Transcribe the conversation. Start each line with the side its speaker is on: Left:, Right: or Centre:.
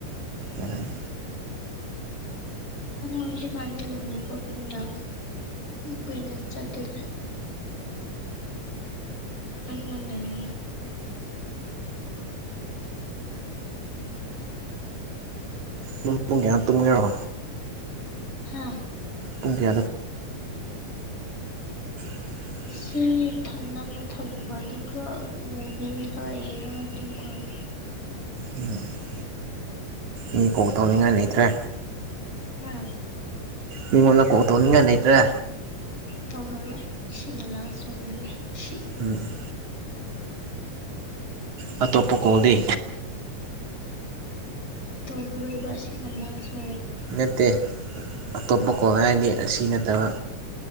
Right: ꯑꯣ꯫
Left: ꯑꯗꯨꯗ ꯍꯧꯖꯤꯛꯀꯥꯟꯗꯤ ꯂꯝꯕꯤ ꯐꯕꯅ ꯀꯨꯏꯅ ꯆꯠꯇꯦꯅꯦ꯫ ꯅꯪ ꯅ ꯌ
Right: ꯄ ꯄꯨꯡ ꯀꯌꯥ ꯇꯨꯝꯒꯦꯔꯣ
Left: ꯍꯥꯝ
Right: ꯄꯨꯡ ꯀꯌꯥꯗ <inaudible>
Left: ꯁꯤ ꯅꯪ ꯊꯝꯕꯗꯤ ꯈꯔ ꯃꯨꯚꯤ ꯈꯔ ꯌꯦꯡꯉꯒ ꯑꯗꯨ ꯈꯪꯃꯤ
Right: ꯎ ꯃꯤ ꯀꯣꯜ ꯇꯧꯅꯤꯡꯉꯥꯏ ꯂꯩꯇ꯭ꯔꯦ
Left: ꯎꯝ
Right: ꯃꯤꯉꯣꯟꯗ ꯀꯣꯛ ꯇꯣꯅꯤꯡꯉꯥꯏ ꯂꯩꯇ꯭ꯔꯦ
Left: ꯇꯧꯔꯔꯣꯏ ꯁꯤꯅ ꯂꯥꯁꯔꯤꯁꯦ ꯁꯤ
Right: ꯎꯝ ꯑꯇꯣꯞꯄ ꯀꯣꯜꯗꯤ
Left: ꯇꯔꯣꯏꯕꯁꯤꯒꯅ ꯆ
Right: ꯅꯠꯇꯦ ꯑꯇꯣꯞꯄ ꯀꯣ ꯍꯥꯏꯔꯗꯤ ꯑꯁꯤ ꯅꯠꯇꯕ